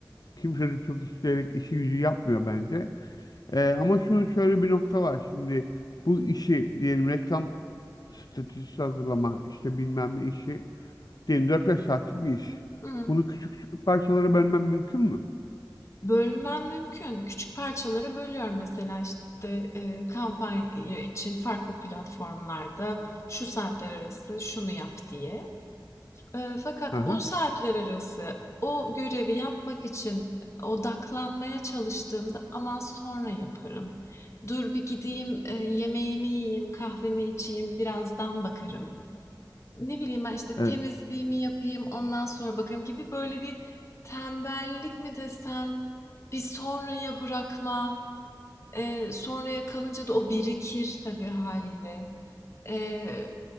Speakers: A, on the left; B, on the left.
A: Kimse de çok isteyerek işi gücü yapmıyor bence. Ee, ama şu şöyle bir nokta var şimdi. Bu işi diyelim reklam stratejisi hazırlama işte bilmem ne işi diyelim dört beş saatlik bir iş.
B: Hı.
A: Bunu küçük küçük parçalara bölmem mümkün mü?
B: Bölmem mümkün. Küçük parçalara bölüyorum mesela işte e, kampanya için farklı platformlarda şu saatler arası şunu yap diye. Eee, fakat
A: Aha,
B: o saatler arası o görevi yapmak için odaklanmaya çalıştığımda aman sonra yaparım. Dur bir gideyim eee, yemeğimi yiyeyim, kahvemi içeyim, birazdan bakarım. Ne bileyim ben işte temizliğimi
A: evet,
B: yapayım, ondan sonra bakarım gibi böyle bir tembellik mi desem, bir sonraya bırakma, eee, sonraya kalınca da o birikir tabii haliyle. Eee,